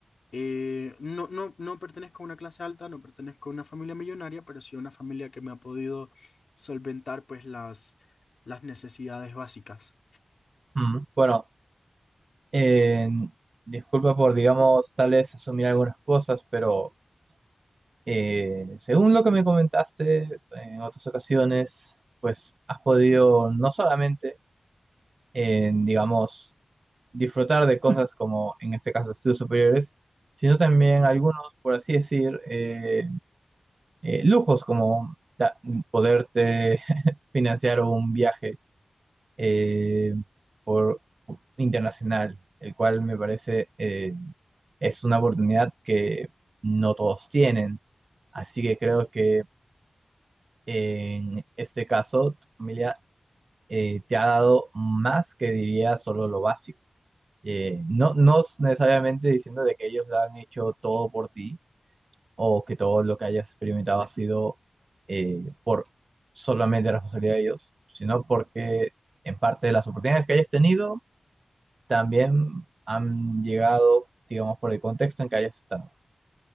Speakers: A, on the left; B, on the right.
A: eh, no, no, no pertenezco a una clase alta, no pertenezco a una familia millonaria, pero sí a una familia que me ha podido solventar pues las, las necesidades básicas.
B: ujú. Bueno, eh, disculpa por, digamos, tal vez asumir algunas cosas, pero eh, según lo que me comentaste en otras ocasiones, pues has podido no solamente, eh, digamos, disfrutar de cosas como en este caso estudios superiores, sino también algunos, por así decir, eh, eh, lujos como da- poderte <laughs> financiar un viaje eh, por internacional, el cual me parece eh, es una oportunidad que no todos tienen. Así que creo que en este caso tu familia eh, te ha dado más que diría solo lo básico. Eh, no, no es necesariamente diciendo de que ellos lo han hecho todo por ti, o que todo lo que hayas experimentado ha sido eh, por solamente la responsabilidad de ellos, sino porque en parte de las oportunidades que hayas tenido también han llegado, digamos, por el contexto en que hayas estado.